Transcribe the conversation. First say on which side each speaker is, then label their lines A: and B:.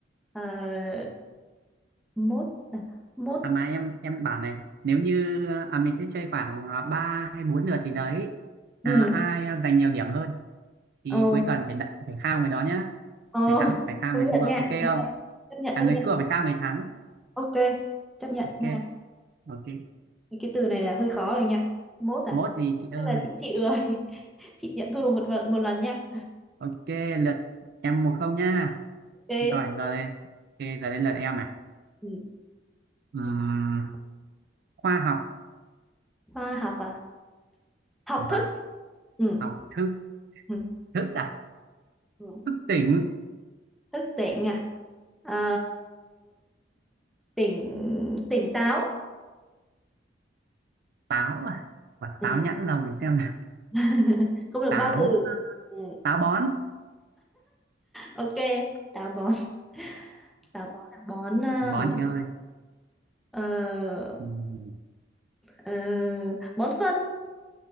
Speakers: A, in the centre; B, on the right (about 55°).
A: Ờ, mốt à? mốt
B: À mà em em bảo này nếu như à, mình sẽ chơi khoảng à, 3 hay 4 lượt thì đấy à,
A: ừ
B: ai giành nhiều điểm hơn thì
A: ồ
B: cuối tuần phải đặt phải khao người đó nhá
A: ồ
B: người thắng phải khao
A: công
B: người
A: nhận
B: thua ok
A: nha ok
B: không
A: chấp nhận
B: à
A: chấp
B: người
A: nhận
B: thua phải khao người thắng
A: ok chấp nhận
B: ok
A: nha
B: ok
A: Thì cái từ này là hơi khó rồi nha mốt à
B: mốt gì chị ơi
A: tức là chị chịu rồi chị nhận thua một một, một lần nha
B: ok lượt em một không nhá
A: ok
B: giỏi rồi ok giờ đến lượt em à
A: ừ.
B: Ừm, khoa học
A: khoa học à học
B: vâng
A: thức ừ.
B: học thức
A: Ừ.
B: thức à
A: Ừ.
B: thức tỉnh
A: thức tỉnh à Ờ, tỉnh tỉnh táo
B: táo à quả
A: Ừ.
B: táo nhãn lồng mình xem nào
A: <laughs> không được
B: táo
A: ba từ
B: à,
A: Ừ.
B: táo bón
A: ok táo bón <laughs> táo bón à? bón à,
B: bón
A: bón
B: chị ơi
A: gì? ờ,
B: ừ.
A: ờ, bón phân